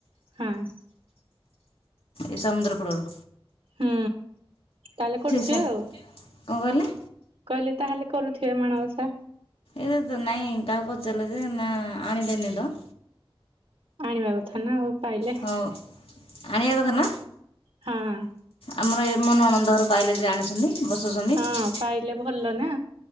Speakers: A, on the right (about 65°); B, on the left (about 80°).
A: ହୁଁ।
B: ଏ ସମୁଦ୍ର କୁଳରୁ
A: ହୁଁ। ତାହଲେ କଉଠି
B: ସା-
A: ଥିଏ ଆଉ।
B: କଣ କହିଲେ?
A: କହିଲେ ତାହେଲେ କରୁଥିବେ ମାଣବସା।
B: ଏ ତ ନାଇଁ ତାକୁ ପଚାରିଲେ ଯେ ନା ଆଣିିଲେନି ତ।
A: ଆଣିବା କଥା ନା ଆଉ। ପାଇଲେ
B: ହଁ। ଆଣିଆ କଥା ନା।
A: ହଁ
B: ଆମର ଏ ମନଣନ୍ଦ ଘର ପାଇଲେ ଯେ ଜଣିଛନ୍ତି। ବସୁଛନ୍ତି
A: ହଁ ପାଇଲେ ଭଲ ନା